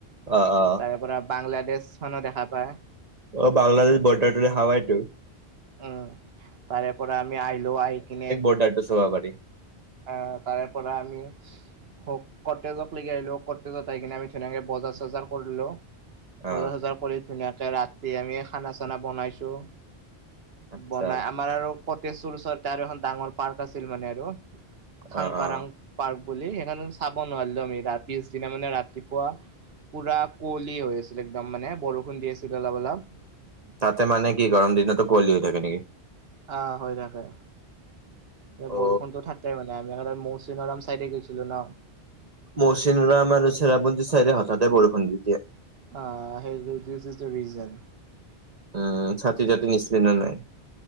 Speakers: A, on the right; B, on the right.
A: অ অ।
B: তাৰেপৰা বাংলাদেশখনো দেখা পায়।
A: অ বাংলাদেশ বৰ্ডাৰতো দেখা পাই তো।
B: উম, তাৰে পৰা আমি আহিলো, আহি কিনে
A: বৰ্ডাৰতো চাব পাৰি।
B: অ তাৰে পৰা আমি হ কটেজক লৈকে আহিলো, কটেজত আহি কিনে আমি ধুনীয়াকে বজাৰ - চজাৰ কৰিলো।
A: অ
B: বজাৰ - চজাৰ কৰি ধুনীয়াকে ৰাতি আমি খানা - চানা বনাইছো।
A: আচ্ছা
B: বনাই, আমাৰ আৰু কটেজটোৰ ওচৰতে আৰু এখন ডাঙৰ পাৰ্ক আছিল মানে আৰু। থাংকাৰাং
A: অ অ
B: পাৰ্ক বুলি সেইকাৰনে চাব নোৱাৰিলো আমি ৰা পিছদিনা মানে ৰাতিপুৱা পুৰা কুঁৱলী হৈ আছিল একদম মানে বৰষুণ দি আছিল অলপ অলপ।
A: তাতে মানে কি গৰম দিনটো কুঁৱলী হৈ থাকে নেকি?
B: আহ হৈ থাকে, এ
A: অ
B: বৰষুণতো থাকেই মানে আমি আগতে মৌচ চিনৰাম চাইডে গৈছিলো ন।
A: মৌচিনৰাম আৰু চেৰাপুঞ্জি চাইডে হঠাতে বৰষুণ দি দিয়ে।
B: অ সেই দু this is the reason.
A: Um, ছাতি - জাতি নিচিলে নে নাই?